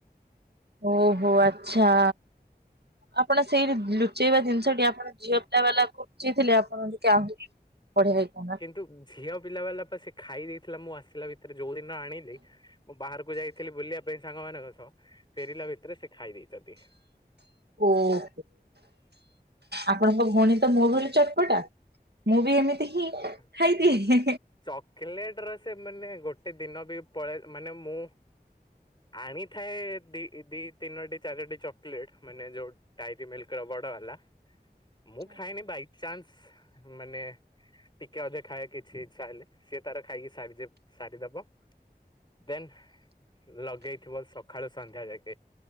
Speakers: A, on the right; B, on the left.
A: ଓହୋ ଆଚ୍ଛା ଆପଣ ସେଇ ଲୁଚେଇବା ଜିନିଷଟି ଆପଣ ଝିଅ ପିଲା ବାଲା ଲୁଚେଇ ଥିଲେ ଆପଣ ଟା ବଢିଆ ହେଇଥା ନା
B: କିନ୍ତୁ ଝିଅ ପିଲା ବାଲା ସେ ଖାଇ ଦେଇଥିଲା ମୁଁ ଆସିଲା ଭିତରେ ଯୋଉ ଦିନ ଆଣିଲି ମୁଁ ବାହାରକୁ ଯାଇଥିଲି ବୁଲିବା ପାଇଁ ସାଙ୍ଗ ମାନଙ୍କ ସହ ଫେରିଲା ଭିତରେ ସେ ଖାଇ ଦେଇେଇଛନ୍ତି
A: ଓହ ଆପଣଙ୍କ ଭଉଣୀ ତ ମୋ ଭଳି ଚଟପଟା ମୁଁ ବି ଏମିତି ହିଁ
B: ଆଛା ଆଛା
A: ଖାଇଦିଏ।
B: ଚକୋଲେଟ ର ସେ ମାନେ ଗୋଟେ ଦିନ ବି ପଳେଇ ମାନେ ମୁଁ ଆଣିଥାଏ ଦି ଦି ତିନୋଟି ଚାରୋଟି ଚକୋଲେଟ ମାନେ ଯୋଉ ଡାଇରି ମିଲ୍କ ରବର୍ଡ଼ ହେଲା
A: <inaudible>
B: ମୁଁ ଖାଇନି ବାଇଚାନ୍ସ ମାନେ ଟିକେ ଅଧିକ ଖାଇବା କିଛି ଇ୍ଛା ହେଲେ ସିଏ ତାର ଖାଇକି ସାରି ସାରିଦବ ଦେନ୍ ଲଗେଇଥିବ ସକାଳୁ ସନ୍ଧ୍ୟା ଯାକେ